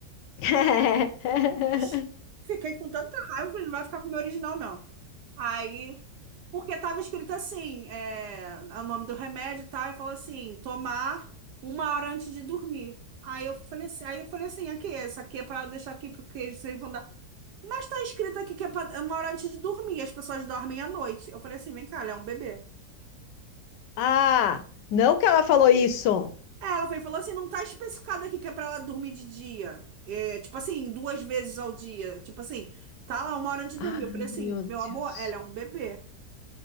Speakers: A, on the left; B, on the right.
A: <laughs>
B: Oxi, Fiquei com tanta raiva, eu falei, não vai ficar com o meu original, não. Aí, porque tava escrito assim, é, o nome do remédio e tal, e falou assim, tomar uma hora antes de dormir. Aí eu falei assim, aí eu falei assim, aqui, essa aqui é pra deixar aqui, porque eles eles vão dar. Mas tá escrito aqui que é pra- é uma hora antes de dormir, as pessoas dormem à noite. Eu falei assim, vem cá, ela é um bebê.
A: Ah, não que ela falou isso.
B: É, ela foi, e falou assim, não tá especificado aqui que é pra ela dormir de dia. É, tipo assim, duas vezes ao dia. Tipo assim, tá lá uma hora antes de
A: Ai,
B: dormir. Eu falei
A: meu
B: assim,
A: Deus.
B: meu amor, ela é um bebê.